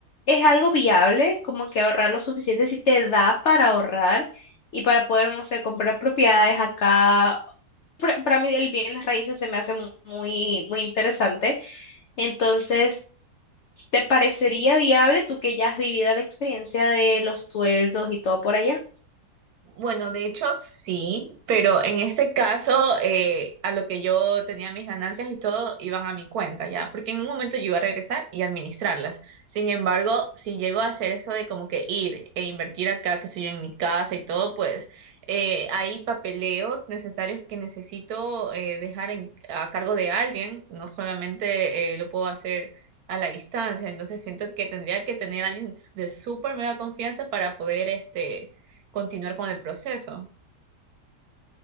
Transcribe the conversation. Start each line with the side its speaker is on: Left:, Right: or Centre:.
Left: es algo viable, como que ahorrar lo suficiente si te da para ahorrar y para poder, no sé, comprar propiedades acá? Pra- Para mí el bienes raíces se me hace mu- muy, muy interesante. Entonces, ¿te parecería viable tú que ya has vivido la experiencia de los sueldos y todo por allá?
Right: Bueno, de hecho sí, pero en este caso eh, a lo que yo tenía mis ganancias y todo iban a mi cuenta, ¿ya? Porque en un momento yo iba a regresar y administrarlas. Sin embargo, si llego a hacer eso de como que ir e invertir acá, que sé yo, en mi casa y todo, pues eh, hay papeleos necesarios que necesito eh, dejar en- a cargo de alguien, no solamente eh, lo puedo hacer a la distancia, entonces siento que tendría que tener a alguien de súper mega confianza para poder este continuar con el proceso.